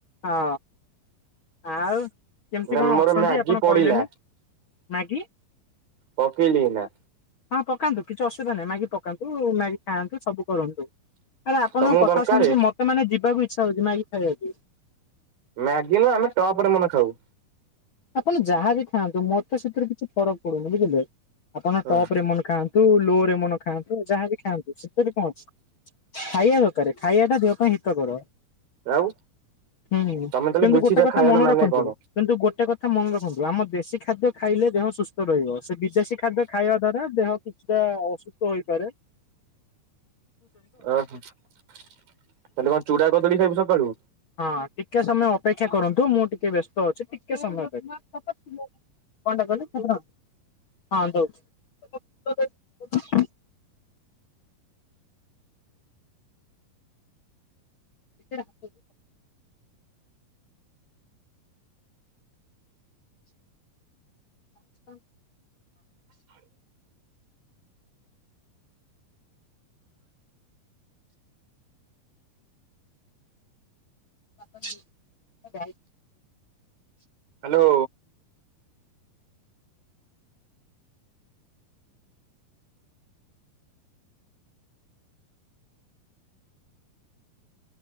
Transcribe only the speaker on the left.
ହଁ ଆଉ। କେମିତି
କଣ
ଅଛନ୍ତି
ଆପଣ
କହିଲେନି ମାଗି।
ହଁ ପକାନ୍ତୁ କିଛି ଅସୁବିଧା ନାହିଁ ମାଗି ପକାନ୍ତୁ ମାଗି ଖାଆନ୍ତୁ ସବୁ କରନ୍ତୁ। ଆରେ ଆପଣଙ୍କ
କଥା
ଶୁଣିକି ମତେ ମାନେ ଯିବାକୁ ଇଚ୍ଛା ହଉଛି ମାଗି ଖାଇବା ପାଇଁ।
ଆପଣ ଯାହାବି ଖାଆନ୍ତୁ ମତେ ସେଥିରେ କିଛି ଫରକ ପଡୁନି ବୁଝିଲେ। ଆପଣ
ଟପ୍ ରେମନେ ଖାଆ ତୁ ଲୋରେମନ ଖାଆନ୍ତୁ ଯାହାବି ଖାଆନ୍ତୁ ସେଥୀରେ କଣ ଅଛି। ଖାଇବା ଦରକାର ଖାଇବା ଟା ଦେହ ପାଇଁ ହିତକର।
ହୁଁ
କିନ୍ତୁ
ଗୋଟେ କଥା
ମନେ
ରଖନ୍ତୁ
କିନ୍ତୁ ଗୋଟେ କଥା ମନେ ରଖନ୍ତୁ ଆମ ଦେଶୀ ଖାଦ୍ୟ ଖାଇଲେ ଦେହ ସୁସ୍ଥ ରହିବ। ସେ ବିଦେଶୀ ଖାଦ୍ୟ ଖାଇବା ଦ୍ଵାରା ଦେହ କିଛିଟା ଅସୁ ହେଇପାରେ।
ହଁ ଟିକେ ସମୟ ଅପେକ୍ଷା କରନ୍ତୁ ମୁଁ ଟିକେ ବ୍ୟସ୍ତ ଅଛି ଟିକେ ସମୟ ଦେଖ୍ କଣଟା କହିଲେ ଖାଲି ଦସ୍ ହଁ ଦଉଛି। <unintelligible> <unintelligible> ବାପା ଅଛି ହଁ ଯାଇ